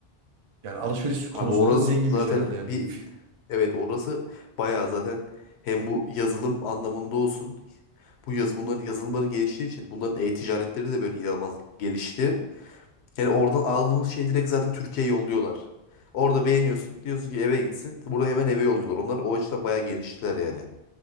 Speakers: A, on the right; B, on the left.
A: Yani alışveriş konusunda
B: Abi oranın
A: da zenginmiş
B: zaten
A: herhalde yani.
B: bir
A: <laughs>
B: evet orası bayağı zaten hem bu yazılım anlamında olsun bu yaz bunların yazılımları geliştiği için bunların e-ticaretleri de böyle inanılmaz gelişti. Yani oradan aldığımız şey direkt zaten Türkiye'ye yolluyorlar. Orada beğeniyorsun diyorsun ki eve gitsin. Bunu hemen eve yolluyorlar. Onlar o açıdan bayağı geliştiler yani.